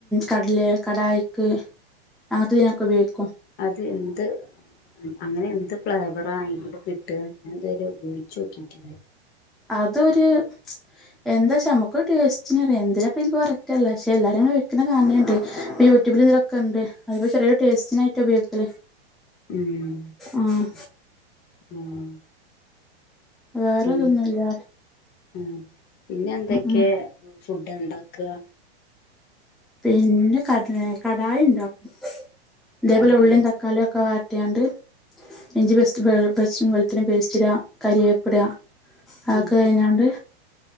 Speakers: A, in the centre; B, on the left (about 30°).
A: കട്ലെ കടായിക്ക് അങ്ങത്തെ തിനൊക്കെ ഉപയോഗിക്കും
B: അത് എന്ത് അങ്ങനെ എന്ത് ഫ്ലേവറാ അയിന് കിട്ട, ഞാൻ ഇതുവരെ ഉപയോഗിച്ചോക്കിട്ടില്ല
A: അതൊര് എന്താച്ചാ നമുക്കൊര് ടേസ്റ്റ്നറിയാ, എന്തിനാപ്പ ഇനിക്കും കറക്റ്ററില്ല, പക്ഷെ എല്ലാരുംങ്ങനെ ഒഴിക്ക്ന്ന കാണണ്ട് ഇപ്പ യൂ ട്യുബില് ഇതിലൊക്കെണ്ട് അത് പ്പൊ ചെറിയൊരു ടേസ്റ്റിനായിട്ട ഉപയോഗിക്കല്
B: ഉം
A: ആഹ്
B: ഉം
A: വേറെതൊന്നുല്ലാറ്യ
B: പിന്നെ ഉം പിന്നെന്തൊക്കേ
A: ഉം
B: ഫുഡ്ഡ്ണ്ടാക്ക
A: പിന്നെ കട്ലെ കടായിണ്ടാക്കും തേപോലെ
B: കടായി
A: ഉള്ളിം തക് ക്കാളിയൊക്കെ വാട്ടിയാണ്ട് ഇഞ്ചിപേസ്റ്റ്, വെള്ള പേസ്റ്റ് വെളുത്തുള്ളി പേസ്റ്റ് ഇട് കറിവേപ്പ് ഇട്. അതൊക്കെ
B: ഉം
A: കഴിഞ്ഞാണ്ട്